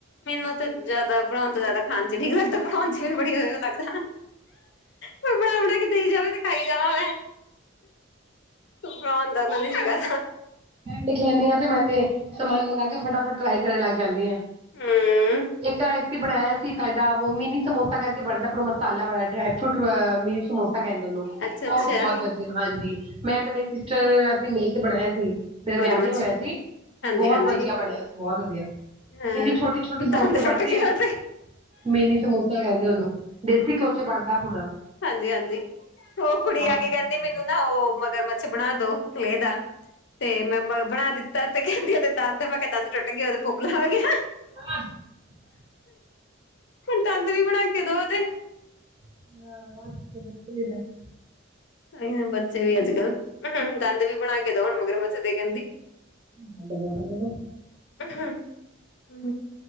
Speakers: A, on the left; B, on the right.
A: ਮੈਨੂੰ ਤੇ ਜਿਆਦਾ ਬਣਾਉਣ ਤੋਂ ਜਿਆਦਾ ਖਾਣ 'ਚ ਠੀਕ ਲੱਗਦਾ। ਬਣਾਉਣ 'ਚ ਮੈਨੂੰ ਬੜੀ ਉਹ ਲੱਗਦਾ। ਕੋਈ ਬਣਾ ਬਣਾ ਕੇ ਦਈ ਜਾਵੇ ਤੇ ਖਾਈ ਜਾਵਾਂ। ਬਣਾਉਣ ਦਾ ਉਹਦਾ ਨਹੀਂ ਹੈਗਾ।
B: ਲਿਖ ਲੈਂਣੀ ਆਂ ਤੇ ਮੈਂ ਤੇ ਸਮਾਨ ਮੰਗਾ ਕੇ ਫਟਾਫਟ ਟਰਾਈ ਕਰਨ ਲੱਗ ਜਾਂਣੀ ਆਂ।
A: ਹੂੰ
B: ਇਕ ਆ। ਬਣਾਇਆ ਸੀ ਤੁਹਾਡਾ ਵੋ ਮਿੰਨੀ ਸਮੋਸਾ ਕਰਕੇ ਬਣਦਾ ਉਪਰੋ ਮਸਾਲਾ ਵਾਲਾ ਡਰਾਈ ਫਰੂਟ ਮਿੰਨੀ ਸਮੋਸਾ। ਕਹਿੰਦੇ ਉਹਨੂੰ
A: ਅੱਛਾ ਅੱਛਾ
B: ਉਹ ਬਹੁਤ ਵਧੀਆ ਹਾਂਜੀ ਮੈਂ ਤਾਂ ਮੇਰੇ ਸਿਸਟਰ ਅਸੀਂ ਮਿਲ ਕੇ ਬਣਾਇਆ ਸੀ। ਮੇਰਾ ਵਿਆਹ
A: ਮਗਰਮੱਛ
B: ਨਹੀਂ ਹੋਇਆ ਸੀ।
A: ਹਾਂਜੀ
B: ਬਹੁਤ
A: ਹਾਂਜੀ
B: ਵਧੀਆ ਬਣਿਆ ਸੀ ਬਹੁਤ ਵਧੀਆ
A: ਹਾਂ
B: ਇੰਨੀ ਛੋਟੀ-ਛੋਟੀ ਸਮੋਸੇ
A: ਦੰਦ ਟੁੱਟ
B: ਬਣਦੇ
A: ਗਿਆ
B: ਆ।
A: ਤੇ
B: ਮਿੰਨੀ ਸਮੋਸਾ ਕਹਿੰਦੇ ਉਹਨੂੰ, ਦੇਸੀ ਘਿਓ 'ਚ ਬਣਦਾ ਪੂਰਾ
A: ਹਾਂਜੀ -ਹਾਂਜੀ, ਉਹ ਕੁੜੀ
B: ਬਹੁਤ
A: ਆ
B: ਵਧੀਆ
A: ਕੇ ਕਹਿੰਦੀ
B: ਬਣਦਾ
A: ਮੈਨੂੰ ਨਾ ਉਹ ਮਗਰ ਮੱਛ ਬਣਾ ਦੋ ਕਲੇਹ ਦਾ। ਤੇ ਮੈਂ ਮ ਬਣਾ ਦਿੱਤਾ ਤੇ ਕਹਿੰਦੀ ਦੇ ਦੰਦ ਮੈਂ ਕਿਹਾ ਦੰਦ 'ਚ ਟੁੱਟ ਗਏ ਉਹਦੇ ਪੋਪਲਾ ਹੋ ਗਿਆ।
B: <inaudible> <inaudible>
A: ਦੰਦ ਵੀ ਬਣਾ ਕੇ ਦੋ ਉਹਦੇ
B: <inaudible> <inaudible>
A: ਨਹੀਂ ਬੱਚੇ ਵੀ ਅੱਜ ਕੱਲ <inaudible> ਦੰਦ ਵੀ ਬਣਾ ਕੇ ਦੋ ਹੁਣ ਮਗਰ ਮੱਛ ਦੇ ਕਹਿੰਦੀ।
B: <unintelligible> <unintelligible>
A: <inaudible>